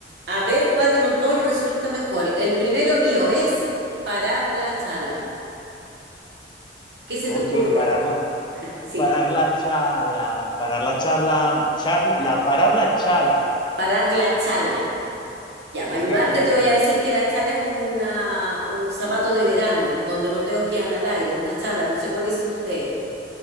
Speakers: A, on the right (about 65°); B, on the left (about 25°).
A: a ver cuál de los dos resulta mejor. El primero mío es parar la chala. ¿Qué se te
B: Ok,
A: ocurre?
B: parar la,
A: Sí,
B: parar la charla, parar la charla, charla, parar la charla.
A: parar la chala. Ya,
B: Ok,
A: para ayudarte
B: como,
A: te voy a decir que la chala es como una, un zapato de verano, donde los dedos quedan al aire, una chala, no sé cómo le dicen ustedes.